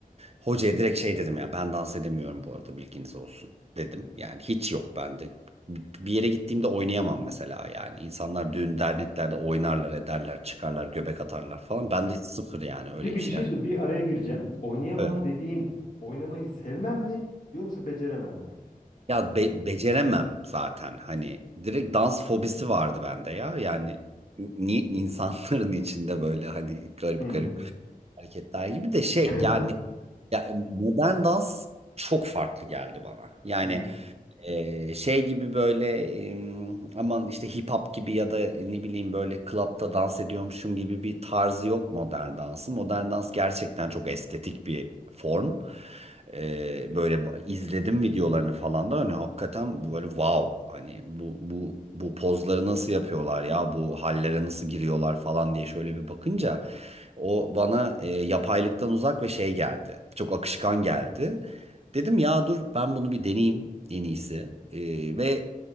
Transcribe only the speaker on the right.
Hocaya direkt şey dedim ya ben dans edemiyorum bu arada bilginiz olsun dedim. Yani hiç yok bende. Bir bir yere gittiğimde oynayamam mesela yani. İnsanlar düğün derneklerde oynarlar ederler çıkarlar göbek atarlar falan. Ben de sıfır yani öyle
bir şey.
Evet.
Ya be- beceremem zaten hani direkt dans fobisi vardı bende ya yani ni insanların içinde böyle hani garip
garip hareketler gibi de şey
yani Ya, e, modern dans çok farklı geldi bana. Yani
ee, şey gibi böyle em, aman işte hip hop gibi ya da ne bileyim böyle klapta dans ediyormuşum gibi bir tarzı yok modern dansı. Modern dans gerçekten çok estetik bir form. Ee, böyle ba- izledim videolarını falan da hani hakikaten böyle wow hani bu bu bu pozları nasıl yapıyorlar ya bu hallere nasıl giriyorlar falan diye şöyle bir bakınca o bana e, yapaylıktan uzak ve şey geldi. Çok akışkan geldi. Dedim ya dur ben bunu bir deneyeyim en iyisi. Ee, ve